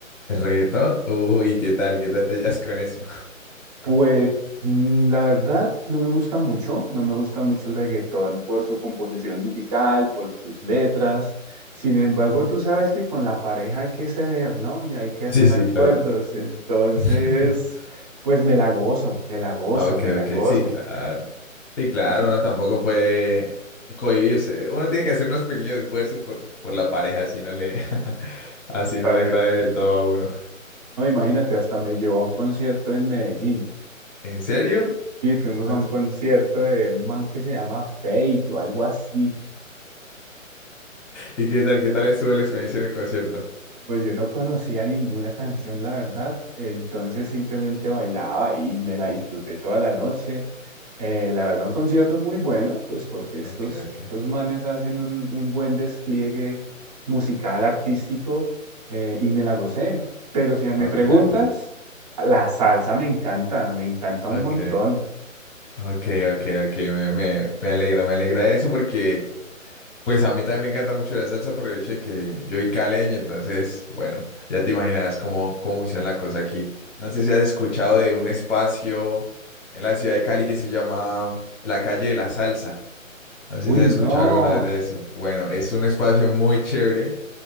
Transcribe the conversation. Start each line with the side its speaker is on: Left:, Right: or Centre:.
Left: el reggaetón. Uy, ¿qué tal? ¿Qué tal te hallas con eso?
Right: Pues mm, la verdad no me gusta mucho, no me gusta mucho el reggaetón por su composición musical, por sus letras. Sin embargo,
Left: <laughs>
Right: tú sabes que con la pareja hay que ceder, ¿no? Y hay que hacer
Left: Sí, sí,
Right: acuerdos.
Left: claro.
Right: Entonces,
Left: <laughs>
Right: pues me la gozo, me la gozo,
Left: Ah, Ok,
Right: me la
Left: ok,
Right: gozo.
Left: sí, claro. Sí, claro,
Right: Pues sí,
Left: uno tampoco puede cohibirse. Uno tiene que hacer unos pequeños esfuerzos por, por la pareja, así no le, <laughs> así no
Right: vale.
Left: le agrade del todo a uno.
Right: No, imagínate, hasta me llevó a un concierto en Medellín.
Left: ¿En serio?
Right: Y fuimos
Left: Con-
Right: a un concierto de un man que se llama Fate o algo así.
Left: ¿Y qué tal, qué tal estuvo la experiencia en el concierto?
Right: Pues yo no conocía ninguna canción, la verdad, entonces simplemente bailaba y me la disfruté toda la noche. Eh, la verdad, un concierto muy bueno, pues porque estos,
Left: Ok, ok,
Right: estos manes hacen un, un buen despliegue musical, artístico, eh, y me la gocé. Pero si
Left: ok,
Right: me preguntas,
Left: ok,
Right: la salsa me encanta, me encanta un
Left: ok,
Right: montón.
Left: ok, ok, ok, me, me, me alegra, me alegra eso porque Pues a mí también me encanta mucho la salsa por el hecho de que yo soy caleño, entonces, bueno, ya te imaginarás cómo, cómo funciona la cosa aquí. No sé si has escuchado de un espacio en la ciudad de Cali que se llama la calle de la salsa. No sé
Right: Uy,
Left: si has
Right: no,
Left: escuchado alguna vez de eso. Bueno, es un espacio muy chévere,